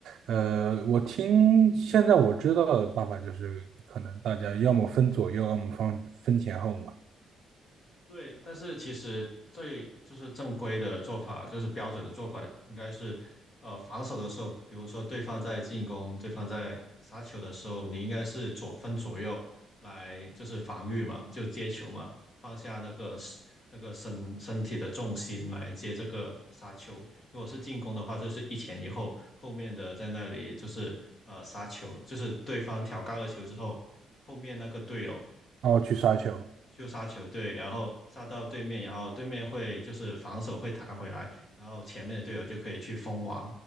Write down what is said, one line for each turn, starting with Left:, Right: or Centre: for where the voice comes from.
Right: 呃，我听现在我知道的办法就是，可能大家要么分左右，要么分分前后嘛，
Left: 对，但是其实最就是正规的做法，就是标准的做法，应该是，呃，防守的时候，比如说对方在进攻，对方在杀球的时候，你应该是左分左右来就是防御嘛，就接球嘛，放下那个 s- 那个身身体的重心来接这个杀球。如果是进攻的话，就是一前一后，后面的在那里就是呃杀球，就是对方挑高了球之后，后面那个队友。
Right: 然后去杀球。
Left: 就杀球队，然后杀到对面，然后对面会就是防守会弹回来，然后前面的队友就可以去封网，